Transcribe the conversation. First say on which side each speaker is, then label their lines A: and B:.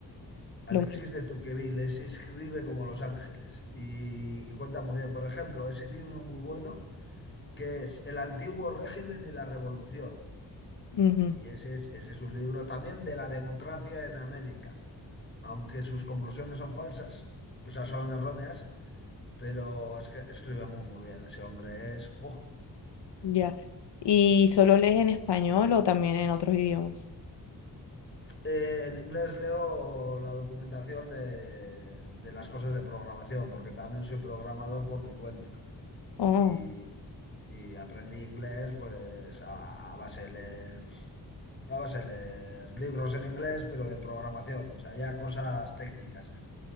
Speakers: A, on the left; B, on the left.
A: Alexis
B: lo mismo.
A: de Tocqueville, ese escribe como Los Ángeles y, y cuenta muy bien. Por ejemplo, ese tiene uno muy bueno que es El antiguo régimen y la revolución.
B: Ujú,
A: Y ese es, ese es un libro también de la democracia en América, aunque sus conclusiones son falsas, o sea, son erróneas, pero es que escribe muy, muy bien. Ese hombre es... ¡buah!
B: Ya. ¿Y solo lees en español o también en otros idiomas?
A: Eh, en inglés leo la documentación de, de las cosas de programación, porque también soy programador por mi cuenta.
B: Oh,
A: Y, y aprendí inglés pues a, a base de leer, a base de leer libros en inglés, pero de programación, o sea, ya cosas técnicas.